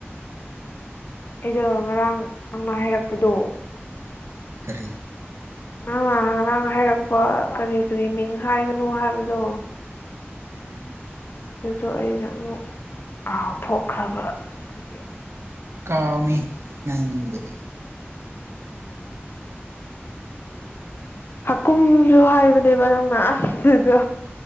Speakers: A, on the left; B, on the right.
A: ꯑꯩꯗꯣ ꯉꯔꯥꯡ ꯅꯪ ꯑꯃ ꯍꯥꯏꯔꯛꯄꯗꯣ
B: ꯀꯔꯤ
A: ꯅꯪ ꯉ ꯉꯔꯥꯡ ꯍꯥꯏꯔꯛꯄ ꯀꯔꯤ ꯀꯔꯤ ꯃꯤꯡ ꯍꯥꯏꯒꯅꯣ ꯍꯥꯏꯕꯗꯣ
B: ꯎꯝ
A: ꯑꯗꯨꯗꯣ ꯑꯩꯅ ꯑꯃꯨꯛ ꯀꯥꯥꯎꯊꯣꯛꯈ꯭ꯔꯕ ꯑꯗꯨꯗꯒꯤ
B: ꯀꯥꯎꯅꯤ ꯅꯪꯕꯨꯗ
A: ꯍꯀꯨꯝꯁꯨ ꯍꯥꯏꯕꯅꯦꯕ ꯅꯪꯅ ꯑꯗꯨꯗꯣ